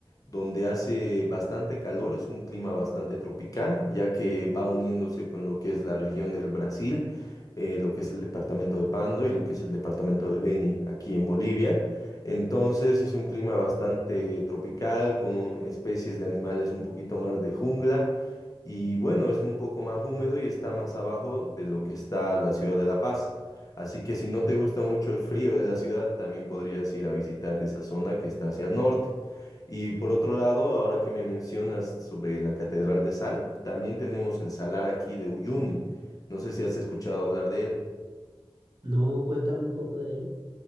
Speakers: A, on the left (about 40°); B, on the right (about 55°).
A: donde hace bastante calor, es un clima bastante tropical, ya que va uniéndose con lo que es la región del Brasil, eh, lo que es el departamento de Pando y lo que es el departamento del Beni, aquí en Bolivia. Entonces es un clima bastante tropical, con especies de animales un poquito más de jungla y bueno, es un poco más húmedo y está más abajo de lo que está la ciudad de La Paz. Así que si no te gusta mucho el frío de la ciudad, también podrías ir a visitar esa zona que está hacia el norte. Y por otro lado, ahora que me mencionas sobre la Catedral de Sal, también tenemos el salar aquí de Uyuni. No sé si has escuchado hablar de él.
B: no, cuéntame un poco de él.